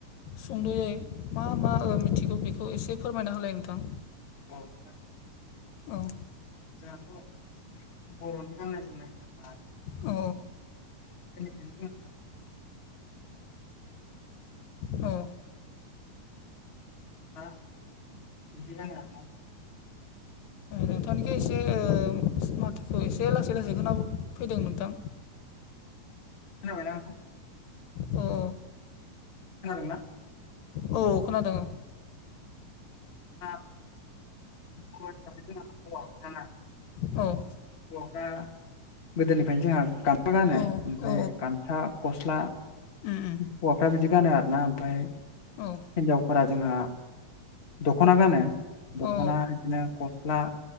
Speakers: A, on the left; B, on the left.
A: सुंद'यै मा मा मिथिगौ बेखौ एसे फोरमायना होलाय नोंथां।
B: <inaudible>
A: औ
B: जोंहाथ' बर'नि गाननाय जोमनाय होनोब्ला
A: औ
B: <unintelligible>
A: औ
B: दा बिदि हागोन आरो <unintelligible>
A: नोंथांनिखो ओ एसे ओ माथोखो एसे लासै लासै खोना फैदों नोंथां।
B: खोनाबायना नोंथां?
A: औ
B: खोदोंना?
A: औ खोनादों।
B: <unintelligible>
A: औ
B: हौवाफ्रा गोदोनिफ्रायनो जोंहा गामसा गानो
A: औ
B: ओमफ्राय
A: औ
B: गामसा गस्ला
A: उम
B: हौवाफ्रा बिदि गानो आरोना ओमफ्राय
A: औ
B: हिनजावफोरा जोंहा दख'ना गानो दख'ना
A: औ
B: बिदिनो गस्ला